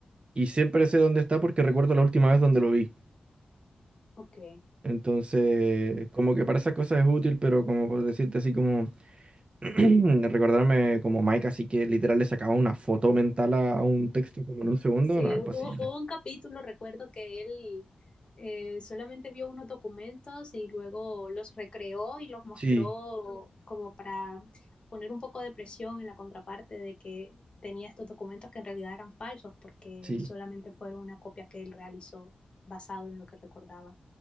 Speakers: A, on the right; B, on the left.
A: y siempre sé dónde está porque recuerdo la última vez donde lo vi.
B: ok.
A: Entonces, como que para esas cosas es útil, pero como por decirte así como <clears throat> recordarme como Mike, así que literal le sacaba una foto mental a, a un texto como en un segundo,
B: Sí,
A: no es
B: hu-
A: posible.
B: hu- hubo un capítulo, recuerdo que él eh, solamente vio unos documentos y luego los recreó y los mostró
A: Sí,
B: como para poner un poco de presión en la contraparte de que tenía estos documentos que en realidad eran falsos porque
A: sí,
B: solamente fueron una copia que él realizó basado en lo que recordaba.